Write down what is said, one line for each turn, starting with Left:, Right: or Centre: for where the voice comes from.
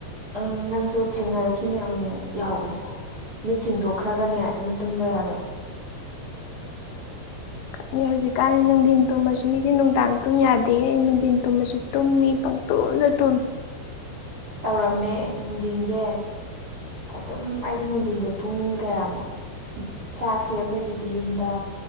Right: ꯎꯝ ꯅꯪꯁꯨ ꯊꯦꯡꯅꯔꯛꯈꯤꯅꯦ ꯑꯃꯨꯛ ꯃꯨꯛ ꯌꯥꯎꯕꯅꯦ ꯃꯤꯠ ꯁꯤꯡꯗꯣꯛꯈ꯭ꯔꯒꯅꯦ ꯑꯗꯨꯝ ꯇꯨꯝꯕ ꯌꯥꯗꯕ
Left: ꯈꯛꯅꯦ ꯍꯧꯖꯤꯛꯀꯥꯟ ꯅꯨꯡꯙꯤꯟ ꯇꯨꯝꯃꯁꯨ ꯃꯤꯗꯤ ꯅꯨꯡꯗꯥꯡ ꯇꯨꯝ ꯌꯥꯗꯦ ꯑꯩ ꯅꯨꯡꯙꯤꯟ ꯇꯨꯝꯃꯁꯨ ꯇꯨꯝꯃꯤ ꯄꯪꯇꯨꯝꯗ ꯇꯨꯝꯃꯤ
Right: ꯇꯧꯔꯝꯃꯦ ꯅꯨꯡꯙꯤꯟꯖꯦ ꯑꯗꯨꯝ ꯑꯩꯗꯤ ꯅꯨꯡꯙꯤꯟꯖꯦ ꯄꯨꯡ ꯀꯌꯥꯅꯣ ꯆꯥꯛꯁꯦ ꯑꯩꯈꯣꯏꯒꯤꯗꯤ ꯌꯨꯝꯗ